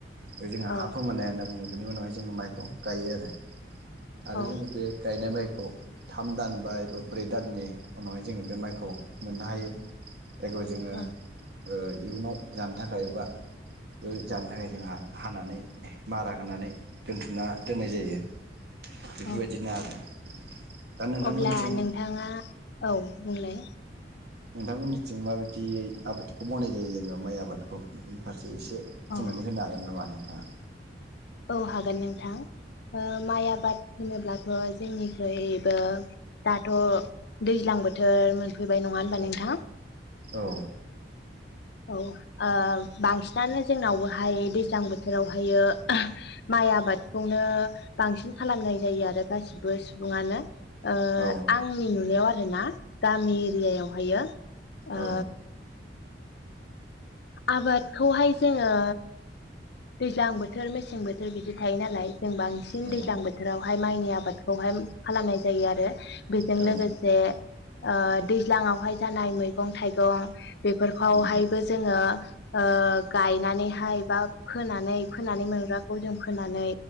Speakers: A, on the right; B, on the left.
A: बे जोंहा
B: औ
A: हा फोमोननाय होनना बुङो। बिनि उनावहाय जोंङो माइखौ गायो आरो। आरो
B: औ
A: जोङो बे गायनाय माइ खौ थाम दान बा एबा ब्रै दाननि उनावहाय जोङो बे माइखौ मोननो हायो। जायखौ जोङो
B: औ
A: ओ इयुनाव जानो थाखाय बा बेयाव जानो थाखाय जोंहा हानानै मारा होनानै दोनथुमना दोननाय जायो। बेफोरबायदिनो
B: औ
A: आरो। दा नोंथांमोनथिं
B: अब्ला नोंथाङा औ बुंलाय।
A: नोंथांमोननिथिं माबायदियै आबादखौ मावनाय जायो जेनेबा माइ आबादखौ बेफोरनि फारसे। एसे
B: औ
A: बुंनानै होनो हागोन नामा नो थाङा
B: औ हागोन नोंथां। ओ माइ आबाद होनोब्लाथ जोंनिख्रुइबो दाथ दैज्लां बोथोर मोनफै मोनफैबाय नङा होनबा
A: औ
B: नोंथां।
A: औ
B: औ ओ बांसिनानो जोंनावहाय दैज्लां बोथोरावहायो माइ आबादखौनो बांसिन खालामनाय जायो आरो गासिबो सुबुङानो। ओ
A: औ
B: आंनि नुनायाव आ रोना गामि एरियायावहायो ओ
A: औ
B: आबादखौहाय जोङो दैज्लां बोथोर मेसें बोथ थोर बिदि थायो नालाय जों बांसिन
A: औ
B: दैजां बोथोरावहाय माइनि आब आबादखौहाय खालामनाय जायोआरो बेजों
A: औ
B: लोगोसे ओ दैज्लाङावहाय जानाय मैगं थाइगं बेफोरखौहायबो
A: उम
B: जोङो ओ गायनानैहाय बा फोनानै फोनानै मोनग्राखौ जों फोनानै